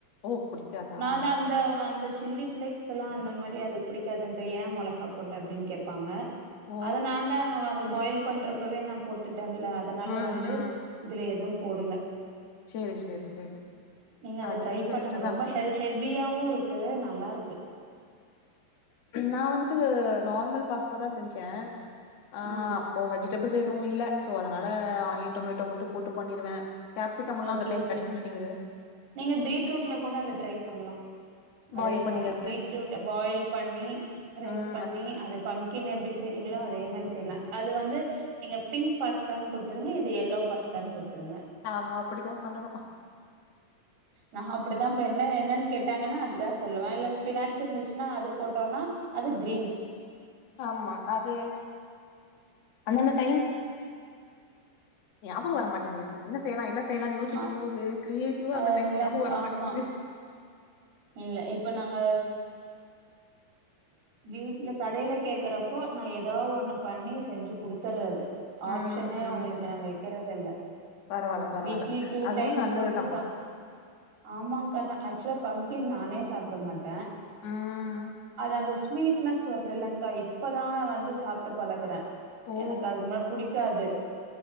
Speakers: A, on the left; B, on the right.
A: ஓ! பிடிக்காதா?
B: நான் தான் அந்த அந்த சில்லி ஃபிளேக்ஸ் எல்லாம் அந்த மாதிரி அது பிடிக்காதுங்க ஏன் மெளகா போட்ட அப்படின்னு கேப்பாங்க
A: ஓ!
B: அத நான் தான் வந்த பாயில் பண்றப்பவே நான் போட்டு அதனால
A: ம்.
B: வந்து
A: ம்.
B: இதுல எதுவும் போடல
A: சரி, சரி, சரி.
B: நீங்க அது
A: அதுவும்
B: ட்ரை
A: பெஸ்ட்டு
B: பண்ணுங்க ரொம்ப
A: தான்.
B: ஹெல் ஹெவியாவும் இருக்கு நல்லா இருக்கு
A: நான் வந்துட்டு நார்மல் பாஸ்தாதான் செஞ்சேன் ஆஹ
B: ஆ
A: அப்போ வெஜிடபிள்ஸ் ஏதுவும் இல்ல ஸோ அதனால ஆனியன் டொமேட்டோ மட்டு போட்டு பண்ணிருவே கேப்சிகம்லா
B: ஓகே
A: அந்த டைம்
B: ஓகே
A: கெடைக்க மாட்டேங்குது
B: நீங்க பீட்ரூட்ல கூ டரை பண்ணலாம் அதே
A: பாயில் பண்ணிதா
B: மாத பீட் பாய பண்ணி ரெட்
A: ம்
B: பண்ணி அதது பம்பி அப்படி செய்றீங்களோ அதே மாரி செய்லா அது வந்து நீங்க பிங்க் பாஸ்தான்னு குடுத்துருங்க இது எல்லோ பாஸ்தான்னு குடுத்துருங்க
A: ஆமா அப்படித்தான் பண்ணணும்
B: நான் அப்படித்தான் இப்ப என்ன என்னன்னு கேட்டாங்கன்னா அதுதான் சொல்லுவேன் இல்ல ஸ்பினாட்ச் இருந்துச்சுன்னா அது போட்டோம்னா அது கிரீன்
A: ஆமா அது அண்ணந்த டைம் ஞாபகம் வரட்டங்குது என்ன செய்யலாம் என்ன செய்யலாம்னு யோசிக்கும்
B: ஆ
A: போது கிரியே கிதுவா
B: ஆ
A: அந்த டைம்
B: இல்லங்க
A: ஞாமபம் வர மாட்டேங்கு
B: ஆமா இல்ல இப்ப நாங்க வீட்டுல கடையில கேக்குற இப்போ நான் ஏதாவது ஒன்று பண்ணி செஞ்சு கொடுத்துடுறது ஆப்ஷனே
A: ம் ம்
B: உங்களுக்கு என்ன வை க்கரதெல்ல
A: பரவால்ல பரவால்ல
B: வீக்லி டூ
A: அதுவு
B: டைம்ஸ்
A: நல்லதுதா
B: வந்துக்க ஆமா க அசல பங்கி நானே சாப்ட மாட்டே
A: ம்
B: அது அந்த ஸ்வீட்னஸ் வருதில்லக்கா இப்போதான் வந்து சாப்பிட்டு பழகுறேன்
A: ஓ
B: எனக்கு அதுக்கு முன்னடி புடிக்காது